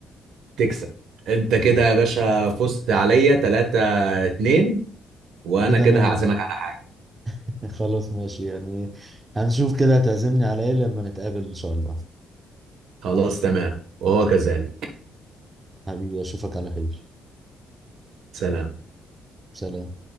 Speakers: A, on the right; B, on the right.
A: تكسب انت كده يا باشا فزت عليا 3 2 وانا
B: كده
A: كده
B: انا ال...
A: هعزمك على حاجة
B: <laughs> خلاص ماشي يعني هنشوف كده هتعزمني على ايه لما نتقابل ان شاء الله
A: خلاص تمام وهو كذلك
B: حبيبي اشوفك على خير
A: سلام
B: سلام